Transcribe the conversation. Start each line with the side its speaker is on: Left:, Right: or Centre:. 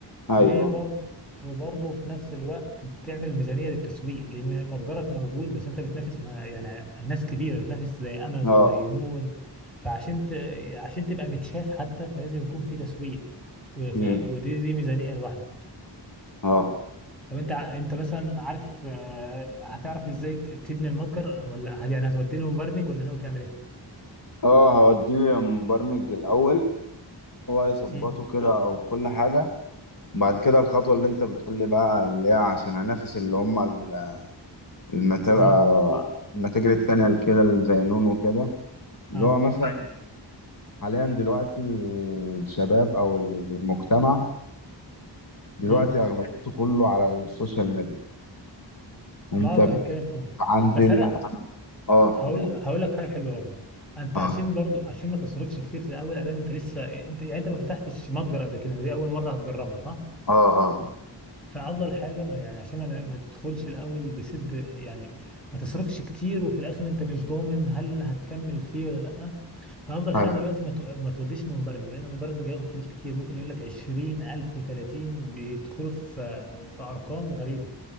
Left: أيوه،
Centre: وبرضه وبرضه في نفس الوقت بتعمل ميزانية للتسويق لأن متجرك موجود بس أنت بتنافس مع يعني ناس كبيرة بتنافس زي أمازون
Left: آه،
Centre: زي نون فعشان ت... عشان تبقى متشاف حتى فلازم يكون في تسويق وف...
Left: إمم،
Centre: ودي دي ميزانية لوحدها
Left: آه،
Centre: طب أنت ع- أنت مثلا عارف آه، هتعرف إزاي ت- تبني المتجر ولا هل يعني هتودي له مبرمج ولا ناوي تعمل إيه؟
Left: آه، هاودّيه للمبرمج الأول، هو هيضبّطه
Centre: مم.
Left: كده وكل حاجة، وبعد كده الخطوة اللي أنت بتقول لي بقى اللي هي عشان أنافس اللي هم ال المتا
Centre: مم.
Left: آه، المتاجر التانية اللي كده اللي زي نونو وكده، اللي
Centre: آه.
Left: هو مثلًا حاليًا دلوقتي الشباب أو المجتمع دلوقتي
Centre: مم.
Left: أغلبيته كُلّه على السوشيال ميديا. انت
Centre: ما هو
Left: ب-
Centre: بتكلم في كده
Left: عند
Centre: بس
Left: ال...
Centre: أنا
Left: عن- اه
Centre: هقول
Left: قول.
Centre: هقول لك حاجه حلوه برضه انت
Left: اه
Centre: عشان برضه عشان ما تصرفش كتير في الاول ادام انت لسه إيه، انت يعني انت ما فتحتش متجر قبل كده دي اول مره هتجربها صح
Left: اه اه اه
Centre: فافضل حاجه ما يعني عشان ما, ما تدخلش الاول بصدر يعني ما تصرفش كتير وفي الاخر انت مش ضامن هل هتكمل فيه ولا لا فافضل حاجه
Left: أيوة.
Centre: دلوقتي ما, تو... ما توديش لمبرمج لان المبرمج هياخد فلوس كتير ممكن يقول لك 20000 30 بيدخلوا في في ارقام غريبه